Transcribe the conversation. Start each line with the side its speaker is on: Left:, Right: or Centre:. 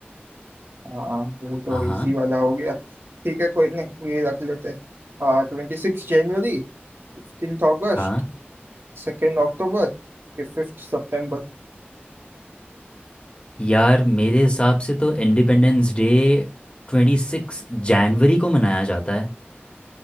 Right: हाँ ये तो
Left: हाँ
Right: इजी
Left: हाँ
Right: वाला हो गया ठीक है कोई नहीं ये रख लेते हैं ट्वेंटी सिक्स जनवरी फिफ्टींथ अगस्त
Left: हाँ
Right: सेकेंड अक्टूबर फिफ्थ सितंबर
Left: यार मेरे हिसाब से तो इंडिपेंडेंस डे ट्वेंटी सिक्स जनवरी को मनाया जाता है